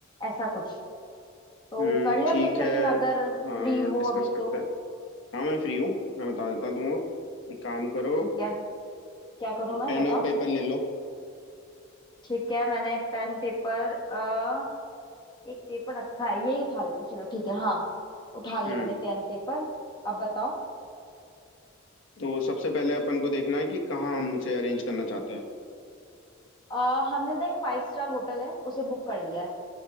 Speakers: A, on the left (about 20°); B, on the left (about 65°).
A: ऐसा कुछ तो
B: हम्म,
A: कर ले
B: ठीक
A: हम डिस्कशन
B: है
A: अगर फ्री
B: हाँ
A: हो
B: डिस्कस
A: अभी
B: करते
A: तो
B: हैं हाँ मैं फ्री हूँ मैं बता देता हूँ तुमको एक काम करो
A: ठीक है क्या करूँ मैं
B: पेन
A: बताओ
B: और पेपर ले लो
A: ठीक है मैंने पेन पेपर अ एक पेपर रखा है यही उठा लेती हूँ, चलो ठीक है हाँ उठा लिया
B: हम्म
A: मैंने पेन पेपर अब बताओ
B: तो सबसे पहले अपन को देखना है कि कहाँ हम उसे अरेंज करना चाहते हैं
A: अ, हमने ना एक फाइव स्टार होटल है उसे बुक कर लिया है